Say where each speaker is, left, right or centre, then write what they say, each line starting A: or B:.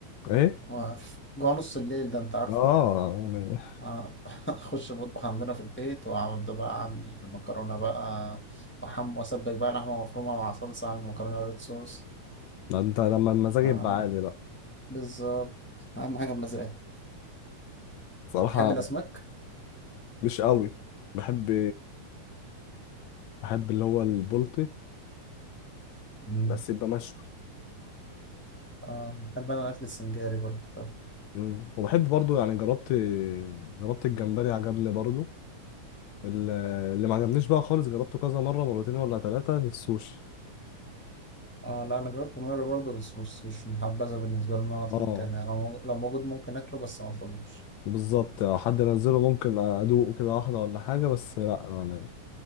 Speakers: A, on the left; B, on the left.
A: ايه
B: آه، جوه نص الليل ده انت عارفه
A: اه يعني
B: اه <laughs> اخش المطبخ عندنا في البيت واقعد بقى اعمل مكرونه بقى وحم واسبك بقى لحمه مفرومه مع صلصه اعمل مكرونه ريد صوص
A: ده انت لما المزاج
B: اه
A: يبقى عالي بقى
B: بالظبط اهم حاجه بمزاج
A: صراحه
B: تحب الاسماك
A: مش قوي بحب بحب اللي هو البلطي
B: مم.
A: بس يبقى مشوي
B: اه بحب انا الاكل السنجاري برضه ده.
A: مم. وبحب برضو يعني جربت جربت الجمبري عجبني برضو ال- اللي ما عجبنيش بقى خالص جربته كذا مرة مرتين ولا ثلاثة السوشي
B: اه لا انا جربته مره برضه بس مش مش محبذه بالنسبه لي ان انا اطلبه
A: اه
B: تاني يعني لو موجود لو موجود ممكن اكله بس ما اطلبوش
A: بالظبط لو حد نزله ممكن ادوقه كده واحدة ولا حاجة بس لا يعني